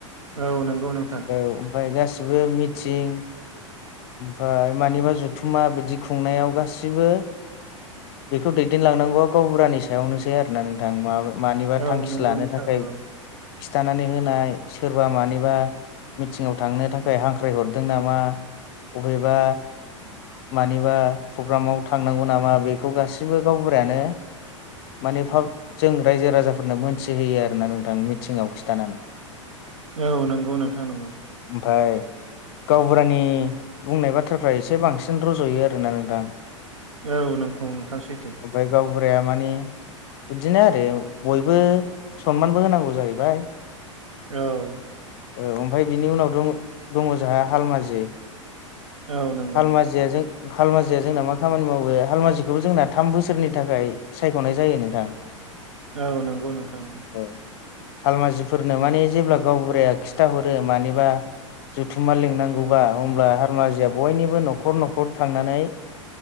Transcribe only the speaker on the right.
औ नंगौ नोंथां।
औ
नंगौ
नोंथां
नंगौ
औ नंगौ नोंथां नंगौ।
औ नोंगौ नोंथां सैथो।
औ।
औ नंगौ
औ नंगौ नोंथां।